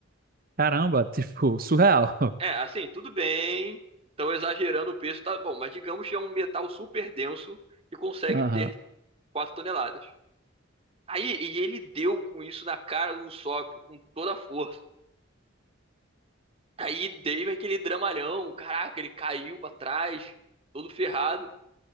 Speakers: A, on the right (about 45°); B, on the right (about 30°).
A: Caramba, tipo, surreal.
B: É, assim, tudo bem, estão exagerando o peso, tá bom, mas digamos que é um metal super denso que consegue
A: <laughs> Aham.
B: ter 4 toneladas. Aí, e ele deu com isso na cara do Usopp com toda a força. Aí deu aquele dramalhão, caraca, ele caiu pra trás, todo ferrado.